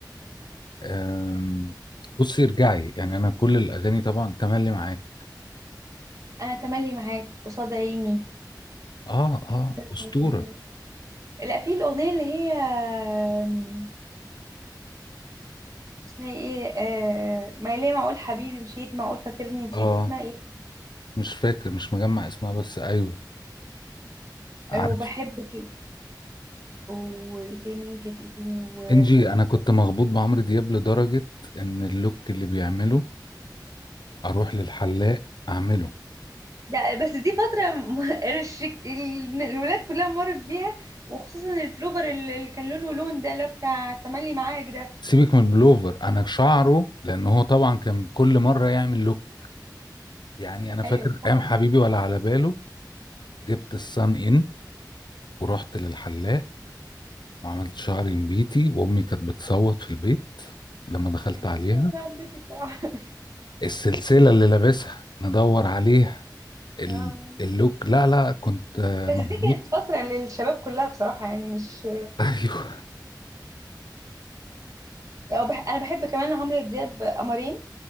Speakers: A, on the left; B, on the right.
A: أم، بصي ارجعي يعني انا كل الاغاني طبعا تملي معاك
B: انا تملي معاك قصاد عيني
A: اه اه
B: آه،
A: اسطوره
B: لا في الاغنيه اللي هي آم، اسمها ايه آه، ما ليه معقول حبيبي مشيت معقول فاكرني نسيت
A: اه
B: اسمها ايه
A: مش فاكر مش مجمع اسمها بس ايوه عارف
B: آه، وبحبك وايه تاني كانت ايه تاني و
A: انجي انا كنت مخبوط بعمرو دياب لدرجه ان اللوك اللي بيعمله اروح للحلاق اعمله
B: ده بس دي فترة م- <laughs> الشك- ال- الولاد كلها مرت بيها وخصوصا البلوفر اللي اللي كان لونه لون ده اللي هو بتاع تملي معاك ده
A: سيبك من البلوفر انا شعره لان هو طبعا كان كل مره يعمل لوك يعني انا فاكر
B: ايوه صح
A: ايام حبيبي ولا على باله جبت الصن ان ورحت للحلاق وعملت شعري نبيتي وامي كانت بتصوت في البيت لما
B: بس
A: دخلت
B: ما
A: عليها
B: كانش واحد من بيتي بصراحة
A: السلسله اللي لابسها ندور عليها
B: <laughs>
A: ال-
B: اه
A: اللوك لا لا كنت آه،
B: بس
A: مظبوط
B: دي كانت فترة للشباب كلها بصراحة يعني مش
A: <laughs> ايوه
B: لا وبح... أنا بحب كمان عمرو دياب قمرين